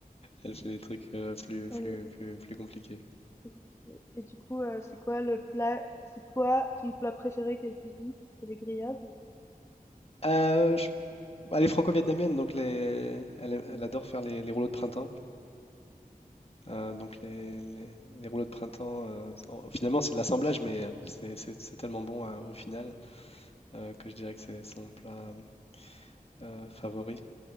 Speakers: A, on the left; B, on the left.
A: elle fait des trucs euh, plus,
B: Elle,
A: plus, plus, plus compliqués.
B: C'est compliqué. Et du coup, euh, c'est quoi le plat, c'est quoi ton plat préféré qu'elle cuisine? C'est les grillades ou-
A: Euh, je- bah, elle est franco-vietnamienne, donc les, elle, aime-
B: Mhm.
A: elle adore faire les, les rouleaux de printemps. Euh, donc les, les- les rouleaux de printemps, euh, en- finalement c'est de l'assemblage, mais c'est c'est- c'est tellement bon euh, au final euh, que je dirais que c'est son plat, Heu, favori.